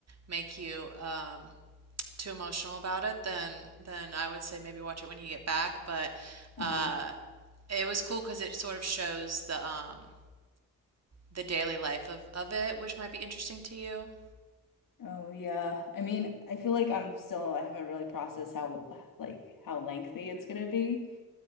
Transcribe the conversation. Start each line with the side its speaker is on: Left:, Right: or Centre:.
Right: make you um too emotional about it, then then I would say maybe watch it when you get back. But
Left: hmm
Right: uh it was cool because it sort of shows the um the daily life of of it, which might be interesting to you.
Left: Oh yeah. I mean, I feel like I'm still I haven't really processed how like how lengthy it's gonna be,